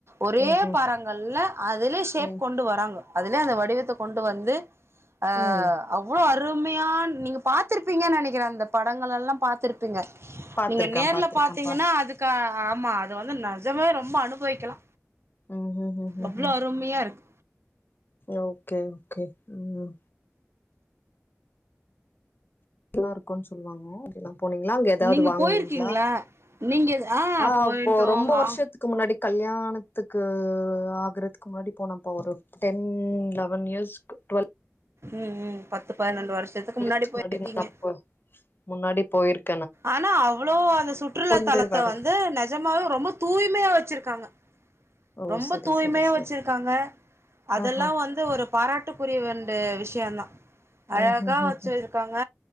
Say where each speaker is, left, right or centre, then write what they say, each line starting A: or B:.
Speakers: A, on the right (about 60°); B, on the left (about 45°).
A: ஒரே
B: ம்ஹ்ம்.
A: பாறாங்கள்ல அதுலயே ஷேப்
B: ம்.
A: கொண்டு வராங்க அதுலயே அந்த வடிவத்த கொண்டு வந்து ஆ
B: ம்.
A: அவ்ளோ அருமையா நீங்க பாத்துருப்பீங்கன்னு நெனக்கிறே அந்த படங்கள் எல்லா பாத்துருப்பீங்க
B: பாத்துருக்கேன்,
A: நேர்ல
B: பாத்துருக்கேன்ப்பா.
A: பாத்தீங்கன்னா அதுக்கு ஆமா அது வந்து நெஜமாவே ரொம்ப அனுபவிக்கலா
B: ம். ஹுஹுஹுஹு.
A: அவ்ளோ அருமையா இருக்
B: ஓக்கே ஓக்கே ம் நல்லா இருக்குன் சொல்லுவாங்க அப்டிலாம் போனீங்ளா அங்க ஏதாவது
A: நீங்க
B: வாங்கனீங்ளா
A: போயிருக்கீங்களா நீங்க
B: ஆ
A: போயிட்டோ
B: அப்போ ரொம்ப
A: வா
B: வருஷ்த்துக் க்கு முன்னாடி கல்யாணத்துக்கு ஆகுறதுக்கு முன்னாடி போனப்போ ஒரு டென் லெவன் இயர்ஸ் டுவல்
A: ம் ம் பத்து பன்னெண்டு வருஷத்துக்கு முன்னாடி
B: இயர்ஸ்க்கு
A: போயிருக்கீங்க
B: அப்ப முன்னாடி போயிருக்
A: ஆனா அவ்ளோ அத சுற்றுலா
B: இருந்தே
A: தலத்த
B: வர
A: வந்து நெஜமாவே ரொம்ப தூய்மையா வச்சிருக்காங்க
B: ஓ
A: ரொம்ப
B: சரி
A: தூய்மையா
B: சரி சரி
A: வச்சிருக்காங்க அதெல்லா
B: ஆஹா
A: வந்து ஒரு பாராட்டுக்குரிய வேண்டு விஷ்ய தா அழகா
B: ம் ம்
A: வச்சிருக்காங்க
B: ம்